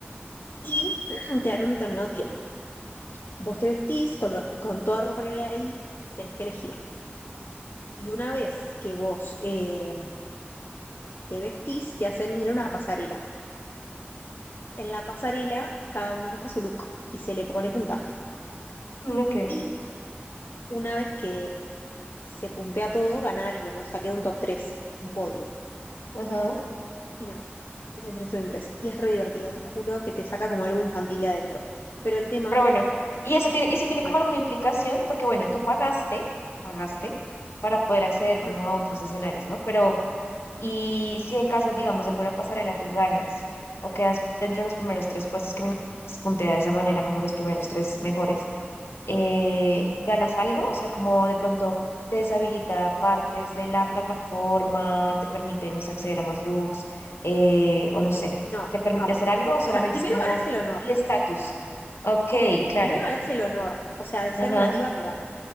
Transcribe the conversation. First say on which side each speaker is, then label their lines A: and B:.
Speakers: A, on the left; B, on the left.
A: Y <clears throat> te dan un determinado tiempo. Vos te vestís con, lo- con toda ropa que hay ahí, tenés que elegir. Y una vez que vos eh, te vestís, te hacen ir a una pasarela. En la pasarela, cada uno muestra su look y se le pone puntaje.
B: mm, ok,
A: Y una vez que se puntea todo, gana alguien, o sea, queda un top 3 un podio.
B: ajá.
A: Y nada, ese es Dress to Impress. Y es re divertido, te juro que te saca como algo infantil de adentro. Pero el tema
B: Pero bueno, y eso
A: es
B: tiene,
A: que perdí
B: y eso tiene
A: mi cuenta.
B: como alguna implicación, porque bueno, tú pagaste, pagaste para poder acceder
A: Ujú.
B: como a otros escenarios, ¿no? Pero, y si en caso, digamos, de alguna pasarela tú ganas o quedas dentro de los primeros tres puestos, que me imagino que se puntea de esa manera, como los primeros tres mejores, eh, ¿ganas algo? O sea, como de pronto te deshabilita partes de la plataforma, te permite, no sé, acceder a más looks, eh, o no sé,
A: No,
B: ¿te permite No. hacer algo o solamente
A: o sea, primero
B: es como
A: ganás el honor.
B: el estatus? Ok, claro.
A: Primero ganás el honor, o sea, de ser
B: Ajá,
A: una diva que ganó.